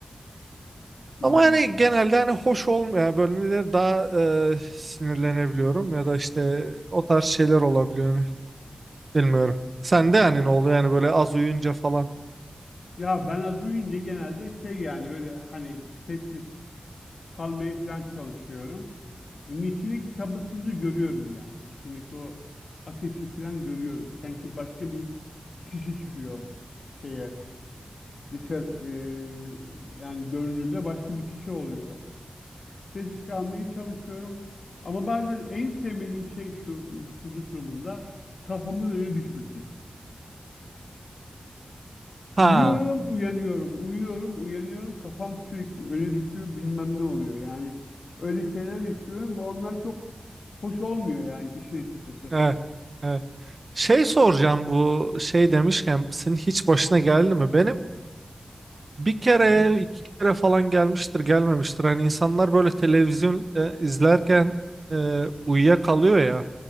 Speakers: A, on the left; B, on the right.
A: Hmm.
B: Ama hani genelde hani hoş olmayan bölümde daha e, sinirlenebiliyorum ya da işte o tarz şeyler olabiliyor hani. Bilmiyorum. Sende
A: Ba-
B: yani ne oluyor yani böyle az uyuyunca falan.
A: Ya ben az uyuyunca genelde şey yani böyle hani sessiz kalmaya falan çalışıyorum. Çünkü içimdeki sabırsızlığı görüyorum yani. İçimdeki o ateşi falan görüyorum. Sanki başka bir kişi çıkıyor şeye. Dışarı, eee, yani görünürde başka bir kişi oluyor. Sessiz kalmaya çalışıyorum. Ama bazen en sevmediğim şey şu uykusuzluk durumunda kafamın öne düşmesi. Uyuyorum,
B: Ha,
A: uyanıyorum, uyuyorum, uyanıyorum. Kafam sürekli öne düşüyor, bilmem ne oluyor. Yani öyle şeyler yaşıyorum ve onlar çok hoş olmuyor yani işin açıkçası.
B: evet, evet. Şey soracağım bu şey demişken senin hiç başına geldi mi? Benim bir kere
A: Hı hı.
B: iki kere falan gelmiştir gelmemiştir. Hani insanlar böyle televizyon e, izlerken e, uyuyakalıyor ya